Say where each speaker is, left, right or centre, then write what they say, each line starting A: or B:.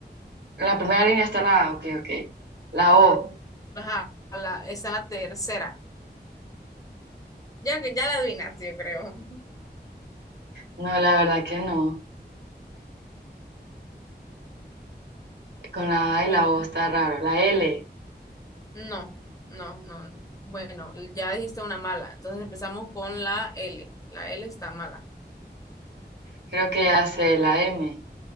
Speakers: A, on the right; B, on the left.
A: En la primera línea está la A, ok, ok. La
B: Ajá,
A: O,
B: ajá, la, está en la tercera. Ya que ya la adivinaste, yo creo.
A: no, la verdad que no. Con la A
B: Bueno,
A: y la O está raro. La L,
B: no, no, no, no. Bueno, ya dijiste una mala. Entonces empezamos con la L. La L está mala.
A: creo que hace la M.